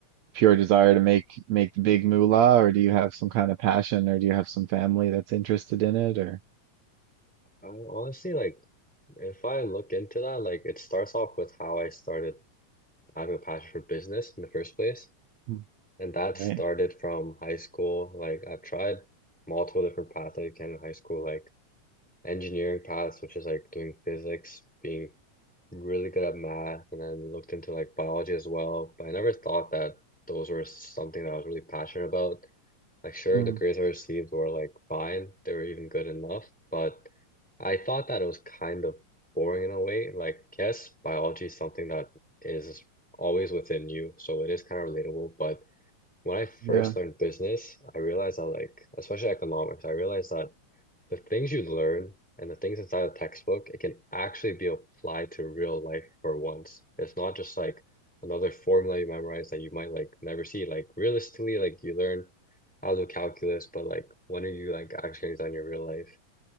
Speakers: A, on the right (about 75°); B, in the centre.
A: pure desire to make make the big moolah, or do you have some kind of passion, or do you have some family that's interested in it, or
B: I honestly like if I look into that, like it starts off with how I started having a passion for business in the first place.
A: Mm,
B: And that started
A: right?
B: from high school. Like I've tried multiple different paths that you can in high school, like engineering paths, which is like doing physics, being really good at math, and then looked into like biology as well. But I never thought that those were something that I was really passionate about. Like, sure,
A: Mm,
B: the grades I received were like fine, they were even good enough, but I thought that it was kind of boring in a way. Like, yes, biology is something that is always within you, so it is kind of relatable. But when I first
A: yeah.
B: learned business, I realized that, like, especially economics, I realized that the things you learn and the things inside a textbook, it can actually be applied to real life for once. It's not just like another formula you memorize that you might like never see. Like realistically, like you learn how to do calculus, but like when are you like actually using it in your real life?